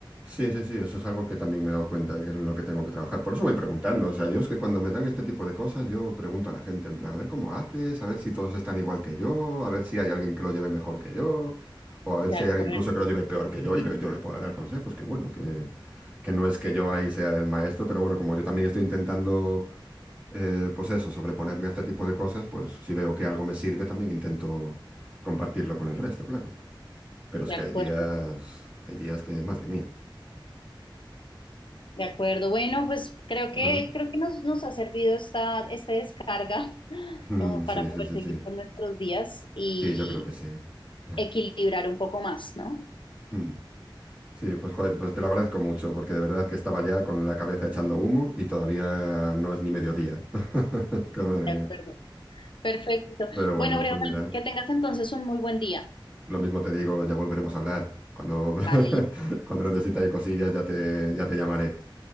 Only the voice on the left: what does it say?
De
acuerdo,
de
acuerdo.
De acuerdo. Bueno, pues creo
que creo que nos, nos ha servido esta, esta descarga <laughs>
como para
poder
seguir
con nuestros días y
equilibrar un poco más, ¿no?
De
acuerdo. Perfecto.
Bueno, Breogán,
que tengas entonces un muy buen día.
Vale,